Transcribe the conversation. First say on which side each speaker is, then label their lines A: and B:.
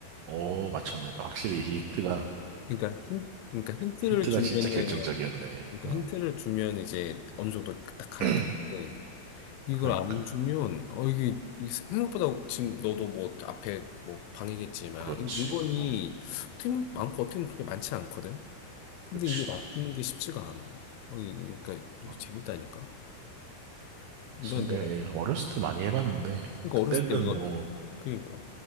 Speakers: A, on the right (about 75°); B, on the left (about 80°).
A: 오, 맞췄네. 확실히 이 힌트가,
B: 그러니까 힌, 그러니까 힌트를
A: 힌트가
B: 주면은
A: 진짜 결정적이었네.
B: 그러니까
A: 어,
B: 힌트를 주면 이제 어느 정도 딱 감이
A: <clears throat>
B: 되는데 이걸
A: 그러니까.
B: 안 주면 어 이게, 이게 생각보다 지금 너도 뭐 앞에 뭐 방이겠지만
A: 그렇지.
B: 이 물건이
A: 어,
B: 어떻게 보면 많고 어떻게 보면 그렇게 많지 않거든. 근데
A: 그렇지.
B: 이게 맞추는 게 쉽지가 않아. 어, 이- 그러니까 이거
A: 어,
B: 재밌다니까. 이번에
A: 스무
B: 내가
A: 개, 예, 어렸을 때 많이 해봤는데,
B: 그러니까
A: 그때는
B: 어렸을 때 이거
A: 뭐,
B: 그러니까